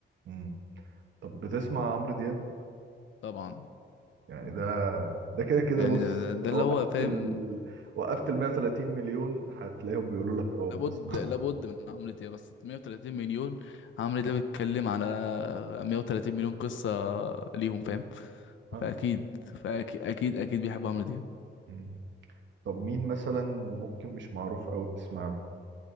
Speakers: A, on the right (about 65°); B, on the left (about 70°).
A: امم طب بتسمع عمرو دياب
B: طبعا
A: يعني ده ده كده كده
B: يعني
A: بص
B: ده, ده,
A: لو
B: ده اللي
A: وقفت
B: هو فاهم
A: ال... وقفت ال 130 مليون هتلاقيهم بيقولوا لك اه
B: لابد
A: بنسمع
B: لابد من عمرو دياب بس 130 مليون عمرو دياب بيتكلم على 130 مليون قصة ليهم فاهم
A: ها؟
B: فأكيد فأكيد أكيد أكيد بيحب عمرو دياب
A: مم. طب مين مثلا ممكن مش معروف قوي بتسمع له